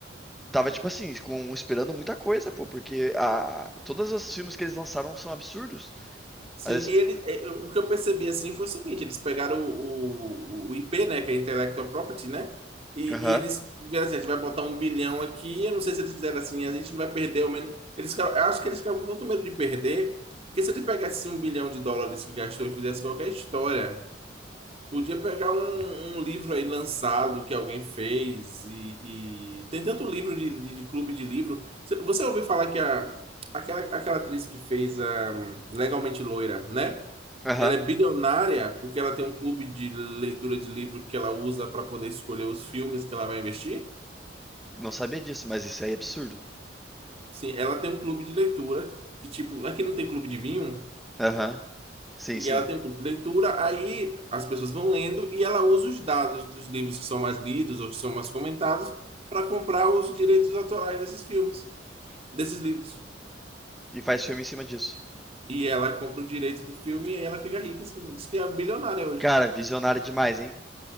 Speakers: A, in the centre; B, on the right.
A: Tava, tipo assim, com, esperando muita coisa, pô, porque a, todos os filmes que eles lançaram são absurdos.
B: Sim,
A: Às vezes-
B: e ele, é, o que eu percebi assim foi o seguinte: eles pegaram o, o, o IP, né, que é Intellectual Property, né? E,
A: Aham,
B: e eles, fizeram assim, a gente vai botar um bilhão aqui. Eu não sei se eles fizeram assim, a gente não vai perder ao menos. Eles ficaram- eu acho que eles ficaram com tanto medo de perder, que se ele pegasse um bilhão de dólares que gastou e fizesse qualquer história, podia pegar um, um livro aí lançado que alguém fez. E, e- tem tanto livro de, de, de clube de livro. Você, você ouviu falar que a, aquela, aquela atriz que fez a hum, Legalmente Loira, né?
A: aham.
B: Ela é bilionária porque ela tem um clube de leitura de livro que ela usa para poder escolher os filmes que ela vai investir?
A: Não sabia disso, mas isso aí é absurdo.
B: Sim, ela tem um clube de leitura que, tipo, aqui não tem clube de vinho,
A: Aham, sim,
B: e
A: sim.
B: ela tem um clube de leitura, aí as pessoas vão lendo e ela usa os dados dos livros que são mais lidos ou que são mais comentados para comprar os direitos autorais desses filmes, desses livros.
A: E faz filme em cima disso.
B: E ela compra o direito do filme e aí ela fica rica em cima. Diz que é bilionária hoje.
A: Cara, visionário demais, hein?